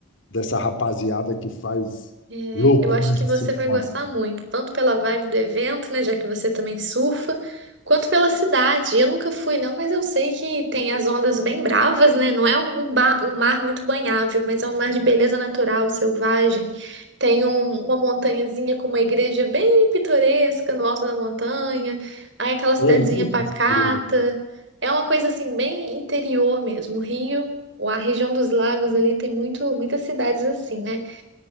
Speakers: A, on the left (about 80°); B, on the right (about 70°).
A: dessa rapaziada que faz
B: É,
A: loucuras
B: eu acho que
A: assim.
B: você vai
A: com
B: gostar
A: a-
B: muito, tanto pela vibe do evento, né, já que você também surfa, quanto pela cidade. Eu nunca fui, não, mas eu sei que tem as ondas bem bravas, né? Não é um, ba- um mar muito banhável, mas é um mar de beleza natural, selvagem. Tem um- uma montanhazinha com uma igreja bem pitoresca no alto da montanha. Aí aquela cidadezinha
A: É lindo
B: pacata.
A: esse grupo.
B: É uma coisa assim bem interior mesmo. O Rio, a região dos lagos ali tem muito, muitas cidades assim, né?